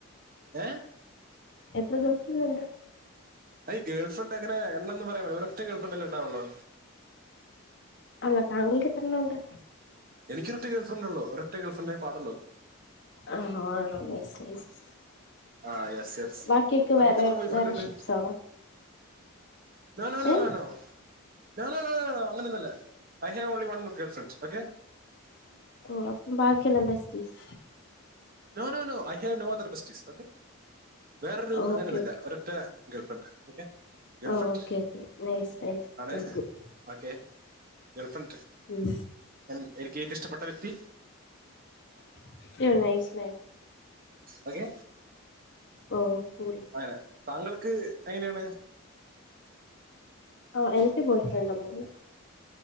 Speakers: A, on the right (about 40°); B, on the left (about 50°).
A: ഏ
B: എത്ര ദിവസത്തിന്നുണ്ട്
A: അയ് ഗേൾ ഫ്രണ്ടങ്ങനെ എണ്ണന്ന് പറയാ ഒരൊറ്റ ഗേൾ ഫ്രണ്ടല്ലേണ്ടാവൊള്ളൂ.
B: അല്ല താങ്കൾക്കെത്രണ്ണൊണ്ട്?
A: എനിക്കൊരറ്റ ഗേൾ ഫ്രണ്ടൊള്ളു ഒരൊറ്റ ഗേൾഫ്രണ്ടേ പാടൊള്ളു.
B: ആണോണോ നൈസ്
A: ആ യെസ് യെസ്
B: ബാക്കിയൊക്കെ
A: അങ്ങേക്ക്
B: വേറെ
A: എത്ര ബോയ് ഫ്രണ്ട്
B: വേറെ
A: ഉണ്ട്
B: ഷിപ്സ് ആണോ
A: നൊ നോ
B: ഏ
A: നോ നോ ഞാന് അങ്ങനൊന്നല്ല I have only one girl friends okay?
B: ഓ ബാക്കി എലം besties
A: no no no I have no other ബസ്റ്റീസ്ഓക്കെ വേറൊരു അങ്ങനെയന്നുല്ല.
B: ഓക്കെ
A: ഒരറ്റ ഗേൾഫ്രണ്ട് ഓക്കെ. girlfriend
B: ആ okay okay nice nice
A: ആണ്
B: good good
A: okay girl friend
B: ഉം
A: എ എനിക്ക്റ്റ ഇഷ്ടപ്പെട്ട വ്യക്തി
B: <unintelligible> ലയ്സ്
A: അഓക്കെ
B: ഹോ സോറി
A: അങ്ങനെ താങ്കൾക്ക് എങ്ങനെയാണ്
B: ആ എനിക്ക് ബോയ് ഫ്രണ്ട് ഒന്നുംല്ല